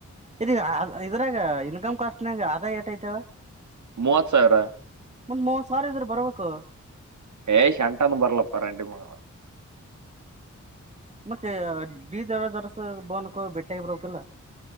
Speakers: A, on the right; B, on the right.
A: ಇ ಇದ್ರಾಗ ಇನ್ಕಮ್ ಕಾಸ್ಟ್ ನಂಗ ಆದ ಏಟ್ಐತವ
B: ಮೂವತ್ ಸಾವಿರ
A: ಮ್ ಮ ಸಾರ್ ಇದ್ರ ಬರ್ಬೇಕು
B: ಏಯ್ ಶಂಟು ಬರಲಪ್ಪ ರ ಮ
A: ಮತ್ತೆ ಡ ಜರ ಜರಸ ಬನ್ಕ ಬೆಟ್ಟ ಇರಕಲ್ಲ